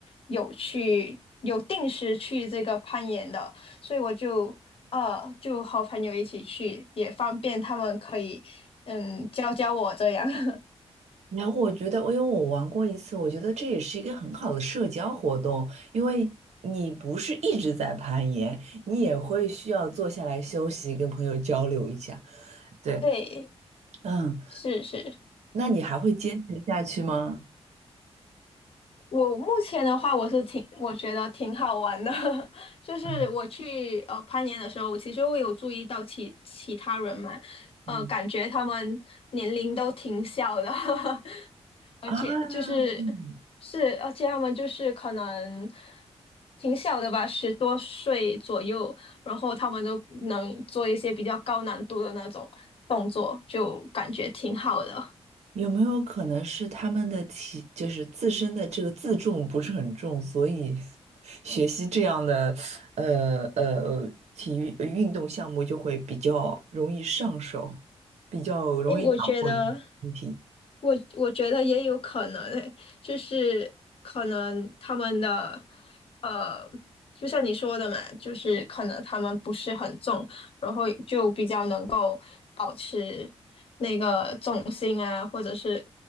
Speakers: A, on the left; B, on the right.
A: 有去有定时去这个攀岩的，所以我就呃就和朋友一起去，也方便他们可以嗯教教我这样。<laughs>
B: 然后我觉得，因为我玩过一次，我觉得这也是一个很好的社交活动，因为你不是一直在攀岩，你也会需要坐下来休息，跟朋友交流一下。对，
A: 对，
B: 嗯，
A: 是是，
B: 那你还会坚持下去吗？
A: 我目前的话，我是挺我觉得挺好玩的，<laughs> 就是我去呃攀岩的时候，
B: 嗯
A: 我其实我有注意到其其他人嘛，
B: 嗯
A: 呃，感觉他们年龄都挺小的。<laughs>
B: 啊，
A: 就是
B: 嗯
A: 是，而且他们就是可能挺小的吧，十多岁左右，然后他们都能做一些比较高难度的那种动作，就感觉挺好的。
B: 有没有可能是他们的体，就是自身的这个自重不是很重，所以 <laughs> 学习这样的呃呃体育呃运动项目就会比较容易上手，比较容易掌握
A: 诶，我觉得。
B: 身体。
A: 我我觉得也有可能诶，就是可能他们的呃，就像你说的嘛，就是可能他们不是很重，然后就比较能够保持那个重心啊，或者是